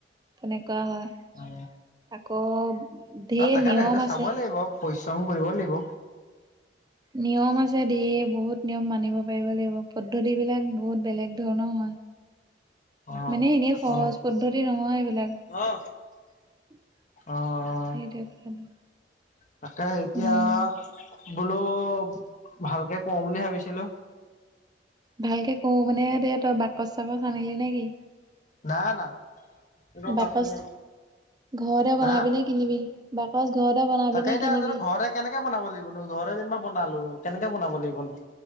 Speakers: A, on the right; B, on the left.
A: তেনেকুৱা হয়।
B: অ।
A: আকৌ ঢেৰ
B: অ তাকেতো
A: নিয়ম
B: সেইটো
A: আছে।
B: চাবই লাগিব পৰিশ্ৰম কৰিব লাগিব।
A: নিয়ম আছে ঢেৰ। বহুত নিয়ম মানিব পাৰিব লাগিব। পদ্ধতি বিলাক বহুত বেলেগ ধৰণৰ হয়।
B: অ',
A: মানে এনেই সহজ
B: অ',
A: পদ্ধতি নহয় এইবিলাক। সেইটোৱে
B: অ', অ
A: কথাটো।
B: তাকে এতিয়া
A: উম,
B: বোলো ভালকে কৰো বুলি ভাবিছিলো।
A: ভালকে কৰো মানে এতিয়া তই বাকচ-চাকচ আনিলি নেকি?
B: না না ৰ
A: বাকচ
B: পাঁচ মিনিট
A: ঘৰতে বনাবি
B: হা
A: নে কিনিবি? বাকচ ঘৰতে বনাবি
B: তাকে
A: নে
B: এতিয়া
A: কিনিবি?
B: ঘৰতে কেনেকে বনাব লাগিবনো? ঘৰ যেনিবা বনালো কেনেকে বনাব লাগিবনো?